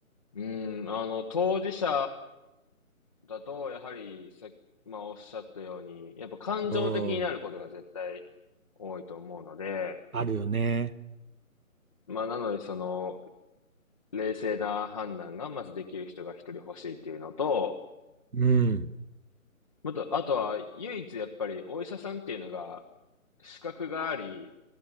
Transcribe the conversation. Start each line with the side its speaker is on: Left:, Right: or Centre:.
Left: うん、あの、当事者だと、やはりせ、まあ、おっしゃったように、やっぱ感情的になることが絶対多いと思うので、
Right: うん。あるよね。
Left: まあ、なので、その、冷静な判断がまずできる人が一人欲しいっていうのと、
Right: うん。
Left: あと、あとは、唯一やっぱり、お医者さんっていうのが、資格があり、